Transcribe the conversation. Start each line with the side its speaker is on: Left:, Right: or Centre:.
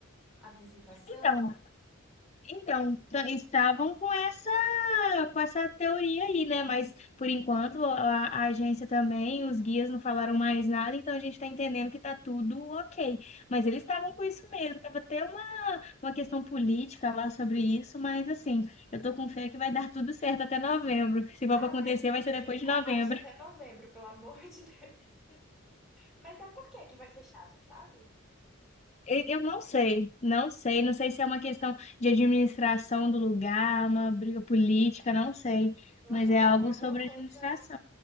Centre: a visitação?
Left: então, então, t- estavam com essa, com essa teoria aí, né? Mas por enquanto a, a agência também, os guias não falaram mais nada, então a gente tá entendendo que tá tudo ok.
Centre: Hum.
Left: Mas eles estavam com isso mesmo, tava até uma, uma questão política lá sobre isso, mas assim, eu tô com fé que vai dar <laughs> tudo certo até novembro. Se
Centre: Ah,
Left: for pra acontecer,
Centre: vai sim,
Left: vai ser
Centre: a
Left: depois
Centre: gente
Left: de
Centre: arrasta
Left: novembro.
Centre: até novembro, pelo amor de Deus. Mas é por que que vai fechar, você sabe?
Left: E- Eu não sei, não sei, não sei se é uma questão de administração do lugar, uma briga política, não sei,
Centre: Eu
Left: mas
Centre: achava
Left: é algo
Centre: que era alguma
Left: sobre
Centre: coisa,
Left: administração.